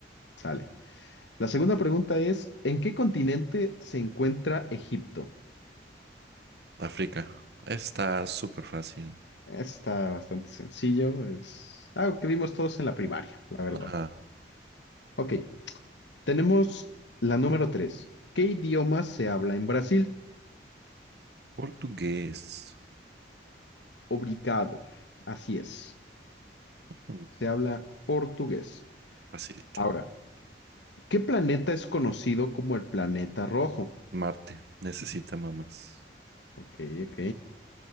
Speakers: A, on the left; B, on the right.
A: sale. La segunda pregunta es, ¿en qué continente se encuentra Egipto?
B: África. Está súper fácil.
A: Está bastante sencillo, es algo que vimos todos en la primaria, la verdad.
B: Ajá.
A: Ok, tenemos la número tres. ¿Qué idioma se habla en Brasil?
B: Portugués.
A: Obrigado. Así es,
B: Mm,
A: se habla portugués.
B: Facilito.
A: Ahora, ¿qué planeta es conocido como el planeta rojo?
B: Marte. Necesita mamás.
A: Ok, ok.